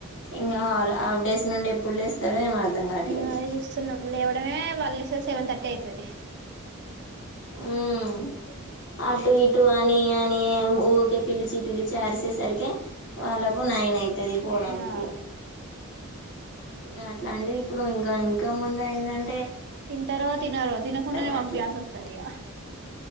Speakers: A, on the left; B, on the right.
A: ఇంగ హాఫ్ డేస్ నుండి ఎప్పుడు లేస్తారొ ఏమో అర్థం కావట్లేదు
B: మేము అదే చూస్తున్నాం లేవడమే వాళ్ళు ఇస్ సెవన్ థర్టీ అయితది
A: ఉమ్
B: మ్మ్ ఊ
A: అటు ఇటు అని అని ఊరికే పిలిచి పిలిచి అరిసేసరికే వాళ్ళకు నైన్ అయితాది తెగిపోడానికి
B: ఆ
A: ఇక అట్లాంటిది ఇప్పుడు ఇంకా ఇంకా ముందు అయిందని
B: తింటరో తినరో తినకుండానే
A: కావట్లేదు
B: పంపయాల్సి వస్తది ఇగ